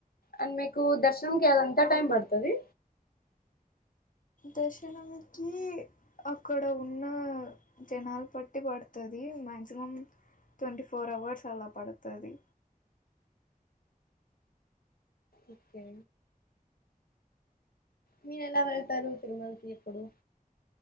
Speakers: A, on the left; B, on the left.
A: అండ్ మీకు దర్ నంకెంత
B: అవును
A: టైమ్ పడుతది
B: దర్శనంకి అక్కడ ఉన్న జనాలు పట్టి పడుతది మ్యాక్సిమం ట్వంటీ ఫోర్ అవర్స్ అలా పడుతది
A: ఓకే మీరు ఎలా వెళ్తారు తిరుమలకి ఎప్పుడు